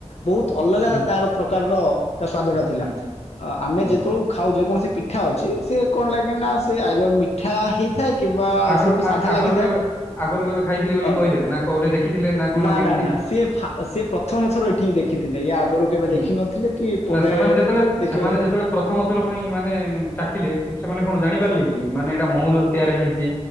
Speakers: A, on the left (about 65°); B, on the left (about 15°).
A: ବହୁତ ଅଲଗା
B: ହୁଁ
A: ତାର ପ୍ରକାରର ତା ସ୍ଵାଦ ଟା ଥିଲା
B: ହୁଁ
A: ତ ଆମେ
B: ହୁଁ
A: ଯେତେବେଳଳେ ଖାଉ ଯେ ସେ ପିଠା ଅଛି ସେ କଣ ଲାଗେ ନା ସେ ଆଇଦର ମିଠା ହେଇଥାଏ କିମ୍ବା
B: ଆଗରୁ
A: ସେଠି ସାଧା
B: ଆଗରୁ
A: ଲାଗିଥାଏ।
B: କେବେ ଆଗରୁ କେବେ ଖାଇଥିଲି ବୋଲି
A: ହ
B: କହିଲେ ନା କୋଉଠି ଦେଖିଥିଲେ କଣ
A: ନା
B: କେମିତି
A: ନା ନା ସିଏ ଫା ସିଏ ପ୍ରଥମ ଥର ଏଠି ହିଁ ଦେ ଖିଥିଲେ ୟା ଆଗରୁ କେବେ
B: ହୁଁ
A: ଦେଖିନଥିଲେ କି ପରେ
B: ନା ସେମାନେ ଯେତେଳେ
A: ଦେଖିବା
B: ସେମାନେ
A: ସେ
B: ଯେତେବେଳେ ପ୍ରଥମ ଥର ପାଇଁ ମାନେ ଚାଖିଲେ ସେମାନେ କଣ ଜାଣିପା ଥିଲେକି ମାନେ ଏଇଟା ମହୁଲ ରୁ ତିଆରି ହେଇଛି।